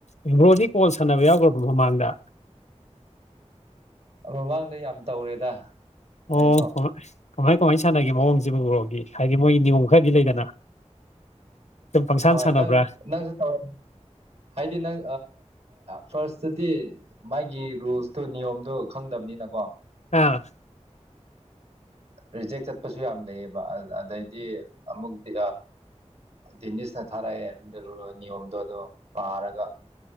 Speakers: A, on the left; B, on the right.
A: ꯑꯦꯝꯕ꯭ꯔꯣꯗꯤ ꯀꯣꯜ ꯁꯥꯟꯅꯕ ꯌꯥꯎꯈ꯭ꯔꯕ꯭ꯔꯣ ꯃꯃꯥꯡꯗ
B: ꯃꯃꯥꯡꯗ ꯌꯥꯝ ꯇꯧꯔꯦꯗ
A: ꯑꯣ
B: ꯑꯩꯁꯨ
A: ꯍꯣꯏ ꯀꯃꯥꯏ ꯀꯃꯥꯏꯅ ꯁꯥꯟꯅꯦꯑꯣꯡꯁꯤꯕꯨꯔꯣꯒꯤ ꯍꯥꯏ ꯃꯣꯏ ꯅꯤꯌꯣꯝ ꯈꯔꯗꯤ ꯂꯩꯗꯅ ꯑꯗꯨꯝ ꯄꯪꯁꯥꯟ
B: ꯍꯣꯏ
A: ꯁꯥꯟꯅꯕ꯭ꯔꯥ
B: ꯅꯪ ꯅꯪꯁꯨ ꯇꯧ ꯍꯥꯏꯗꯤ ꯅꯪ ꯐꯥꯔꯁꯇꯗꯤ ꯃꯥꯒꯤ ꯔꯨꯜꯁꯇꯣ ꯅꯤꯌꯣꯝꯗꯣ ꯈꯪꯗꯕꯅꯤꯅꯀꯣ
A: ꯑꯥ
B: ꯔꯤꯖꯦꯛ ꯆꯠꯄꯁꯨ ꯌꯥꯝ ꯂꯩꯌꯦꯕ ꯑꯗꯩꯗꯤ ꯑꯃꯨꯛꯇꯤ ꯇꯦꯅꯤꯁꯅ ꯊꯥꯔꯛꯑꯦ ꯅꯤꯌꯣꯝꯗꯣ ꯑꯗꯣ ꯄꯥꯔꯒ